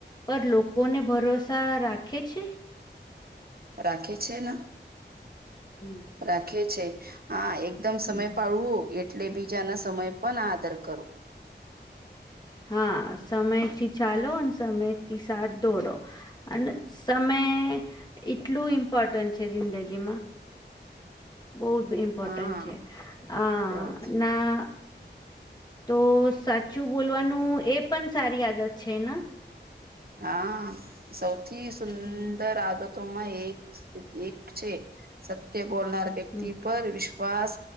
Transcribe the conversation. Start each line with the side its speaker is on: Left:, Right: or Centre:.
Left: પર લોકોને ભરોસા રાખે છે?
Right: રાખે છે ન.
Left: હમ
Right: રાખે છે હા એકદમ
Left: હમ.
Right: સમય પાડવું એટલે બીજા ના સમય પણ આદર કરવું.
Left: હા સમયથી ચાલો અને સમયથી સાથ દોડો અને સમય એટલું ઇમ્પોર્ટન્ટ છે જિંદગીમાં બહુ જ ઇમ્પોર્ટન્ટ
Right: હા
Left: છે આ
Right: બસ
Left: ના તો સાચું બોલવાનું એ પણ સારી આદત છે ને?
Right: હા સૌથી સુંદર
Left: હમ
Right: આદત એક એક છે સત્ય બોલનાર વ્યક્તિ
Left: હમ.
Right: પર વિશ્ વાસ